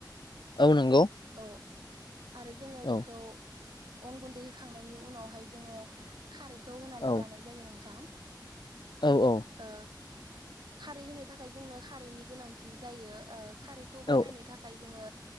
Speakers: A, on the left; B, on the right.
A: औ नंगौ
B: औ आरो जोङो
A: औ
B: बेखौ अन गुन्दै होखांनायनि उनावहाय जोङो खारैखौ होनानै
A: औ
B: लानाय जायो नोंथां।
A: औ औ
B: ओ खारै होनो थाखाय जोंनो खारैनि गोनांथि जायो खारैखौ बानायनो
A: औ
B: थाख थाखाय जोङो